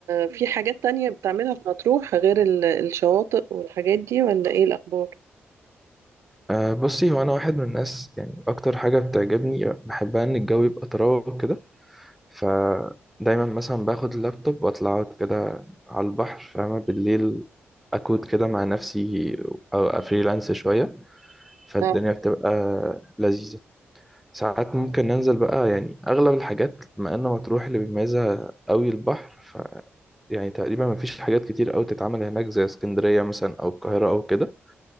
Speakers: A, on the right (about 85°); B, in the centre.
A: في حاجات تانية بتعملها في مطروح غير ال- الشواطئ والحاجات دي ولا ايه الاخبار
B: أه بصي هو أنا واحد من الناس يعني أكتر حاجة بتعجبني بحبها إن الجو يبقى طراوة كده فدايما مثلا باخد اللابتوب وأطلع أقعد كده على البحر فاهمة بالليل أكود كده مع نفسي أو أفريلانس شوية فالدنيا
A: آه.
B: بتبقى لذيذة ساعات ممكن ننزل بقى يعني أغلب الحاجات بما إن مطروح اللي بيميزها أوي البحر ف يعني تقريبا مفيش حاجات كتير أوي تتعمل هناك زي اسكندرية مثلا أو القاهرة أو كده